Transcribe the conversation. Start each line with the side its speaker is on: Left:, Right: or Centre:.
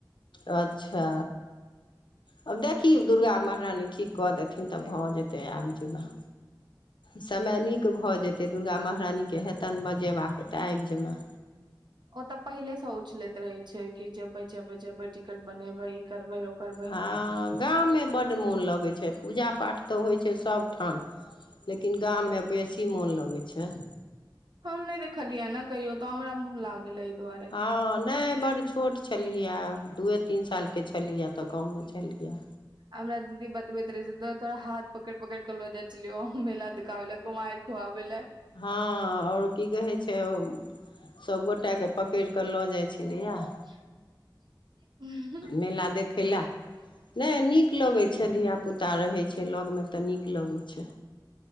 Left: अच्छा अब देखी
Right: देखियौ
Left: दुर्गा महरानी ठीक क देथिन तऽ, भ जेते आबइ जबै। समय नीक भ जेतै दुर्गा महरानी के हेतनि बजेबाक त आइब जेबैं।
Right: ओत पहिले स उछलैत रहै छै कि जेबै जेबै जैबो, टिकट बनेबै। करबै ओ करबै
Left: हां गाम मे बड्ड मोन लगै छै पूजा पाठ त होइ छै सभठाम लेकिन गाम मे बेसी मोन लगै छै।
Right: हम नै देखलियै यै ना कहियो त हमरा मुन लागल ऐ दुआरे।
Left: हॅं नै बड़ छोट छलहिहै दुए तीन सालके छलहीहै त गाँव मे छलहीहै।
Right: हमरा दीदी बतबैत रहे छै तोरा हाथ पकड़ि पकड़ि कऽ लऽ जायइत। छलियौ मेला देखाबै लए कुमारि खुआबै लए।
Left: हॅं आओर की कहै छै उम्म सभगोटा के पकड़िक ल जाइ छलैयै।
Right: <unintelligible>
Left: मेला देखै लए। नै नीक लगै छै धियापुता रहै छै लगमे त नीक लगै छै।